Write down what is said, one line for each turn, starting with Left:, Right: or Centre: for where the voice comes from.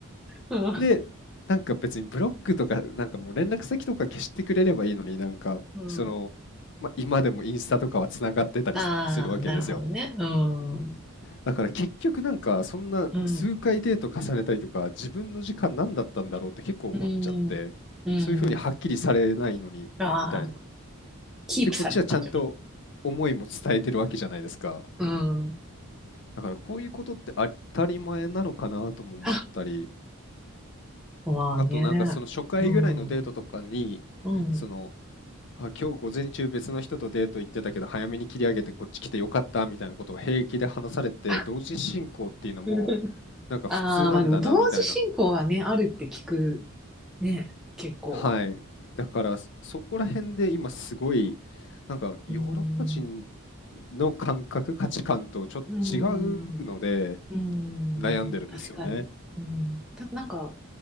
Centre: うん。
Left: で、なんか別にブロックとか、なんかもう連絡先とか消してくれればいいのになんか、
Centre: うん。
Left: その、まあ、今でもインスタとかはつながってたりすするわけですよ。
Centre: ああ、なるほどね。うん。
Left: だから結局なんかそんな数回デート重ねたりとか自分の時間何だったんだろうって結構思っちゃってそういうふうにはっきりされないのにみたいな。
Centre: うん。うん。うん。ああ、キープされてたんじゃない
Left: でこっちはちゃんと思いも伝えてるわけじゃないですか。
Centre: うん。
Left: だからこういうことって当たり前なのかなとも思ったり
Centre: あ、まあね。
Left: あとなんかその初回ぐらいのデートとかに、
Centre: うん。うん。
Left: その、あ、今日午前中別の人とデート行ってたけど早めに切り上げてこっち来てよかったみたいなことを平気で話されて、
Centre: あ
Left: 同時進行っていうのも
Centre: <laughs>
Left: なんか普通なんだなみたいな。
Centre: ああ、まあでも同時進行はね、あるって聞く。ね、結構。
Left: はい。だからそこら辺で今すごい、なんかヨーロッパ人
Centre: うーん。
Left: の感覚、価値観とちょっと違うので
Centre: うーん。うーん。
Left: 悩んでるんですよね。
Centre: 確かに。うん。たなんか、